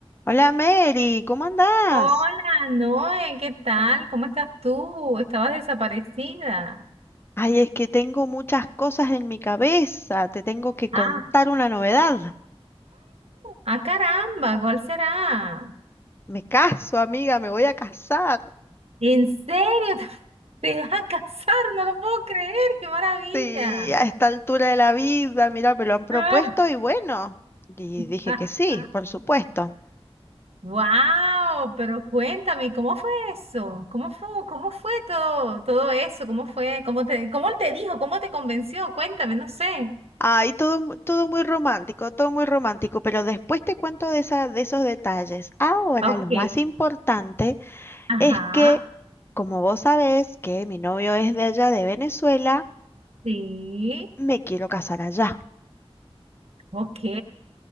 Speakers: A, on the left; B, on the right.
A: Hola Mary, ¿cómo andás?
B: Hola, Noé, ¿qué tal? ¿Cómo estás tú? Estabas desaparecida.
A: Ay, es que tengo muchas cosas en mi cabeza, te tengo que contar
B: Ah,
A: una novedad.
B: ah, caramba, ¿cuál será?
A: Me caso, amiga, me voy a casar.
B: ¿En serio? <laughs> ¿Te vas a casar? No lo puedo creer, qué maravilla.
A: Sí, a esta altura de la vida, mira, me lo han propuesto
B: Ah,
A: y bueno, y
B: <laughs>
A: dije que sí, por supuesto.
B: Wow, pero cuéntame, ¿cómo fue eso? ¿Cómo fue, cómo fue todo, todo eso? ¿Cómo fue? ¿Cómo te, cómo él te dijo? ¿Cómo te convenció? Cuéntame, no sé.
A: Ay, todo, mu- todo muy romántico, todo muy romántico, pero después te cuento de esa, de esos detalles. Ahora,
B: Ok,
A: lo más importante
B: ajá,
A: es que, como vos sabés, que mi novio es de allá de Venezuela,
B: sí,
A: me quiero casar allá,
B: ok.